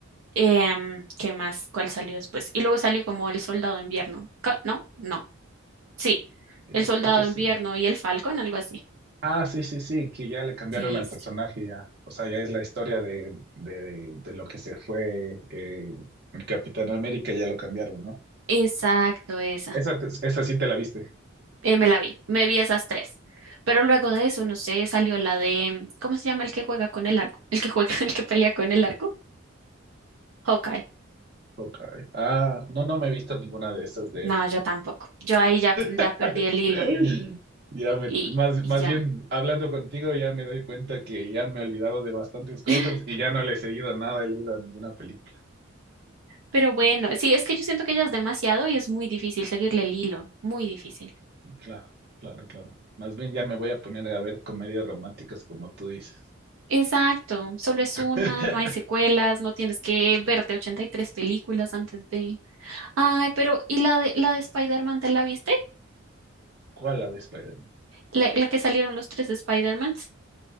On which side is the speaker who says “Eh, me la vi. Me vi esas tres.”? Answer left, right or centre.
Right